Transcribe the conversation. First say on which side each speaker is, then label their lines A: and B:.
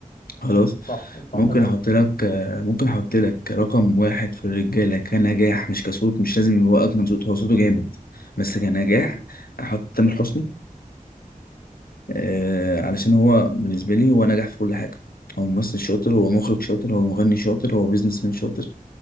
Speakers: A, on the left; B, on the left.
A: خلاص
B: صح صح
A: ممكن
B: جدا
A: احط لك آه، ممكن احط لك رقم واحد في الرجاله كنجاح مش كصوت مش لازم يبقى اجمل صوت هو صوته جامد بس كنجاح
B: مم.
A: احط تامر حسني آه علشان هو بالنسبه لي هو نجح في كل حاجه هو ممثل شاطر هو مخرج شاطر هو مغني شاطر هو بيزنس مان شاطر